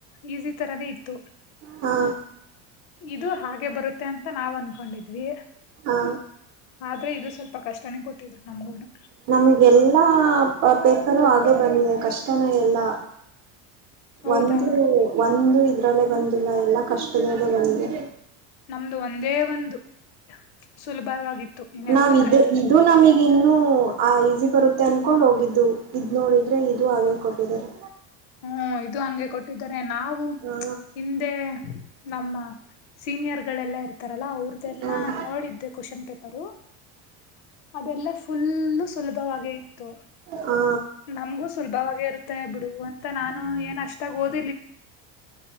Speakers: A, on the left; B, on the right.
A: ಈಸಿ ತರಾನೇ ಇತ್ತು
B: ಹಾ
A: ಇದು ಹಾಗೆ ಬರುತ್ತೆ ಅಂತ ನಾವ್ ಅನ್ಕೊಂಡಿದ್ವಿ
B: ಹಾ
A: ಆದ್ರೆ ಇದು ಸ್ವಲ್ಪ ಕಷ್ಟನೇ ಕೊಟ್ಟಿದ್ರು ನಮ್ಗೂನು
B: ನಮಗೆ ಎಲ್ಲಾ ಪೇಪರು ಹಾಗೆ ಬಂದಿದೆ ಕಷ್ಟನೇ ಎಲ್ಲಾ
A: ಹೌದಾ
B: ಒಂದು ನಂದು ಇದ್ರಲ್ಲೇ ಬಂದಿಲ್ಲ ಎಲ್ಲಾ ಕಷ್ಟದಲ್ಲ ಬಂದಿದೆ
A: ನಮ್ದು ಒಂದೇ ಒಂದು ಸುಲಭವಾಗಿತ್ತು ಇನ್ನೆಲ್ಲಾ
B: ನಾವ್ ಇದು
A: ಕಷ್ಟದೆ
B: ಇದು ನಮಗ್ ಈ ಇನ್ನು ಆ ಈಸಿ ಬರುತ್ತೆ ಅನ್ಕೊಂಡ್ ಹೋಗಿದ್ದು ಇದ್ ನೋಡಿದ್ರೆ ಇದು ಹಾಗೆ ಕೊಟ್ಟಿದ್ದಾರೆ
A: ಹ್ಮ ಇದು ಹಂಗೆ ಕೊಟ್ಟಿದ್ದಾರೆ ನಾವು
B: ಹಾ
A: ಹಿಂದೆ ನಮ್ಮ ಸೀನಿಯರ್ ಗಳೆಲ್ಲಾ ಇರ್ತೆ ಇತಾರಲ್ಲಾ ಅವ್ರ್ದಲ್ಲಾ
B: ಹಾ ಹಾ
A: ನೋಡಿದ್ದೆ ಕ್ವಶನ್ ಪೇಪರು ಅದೆಲ್ಲ ಫುಲ್ಲು ಸುಲಭವಾಗಿ ಇತ್ತು
B: ಹಾ
A: ನಮ್ಗೂ ಸುಲಭವಾಗಿ ಇರುತ್ತೆ ಬಿಡು ಅಂತ ನಾನು ಏನ್ ಅಷ್ಟಾಗ ಓದ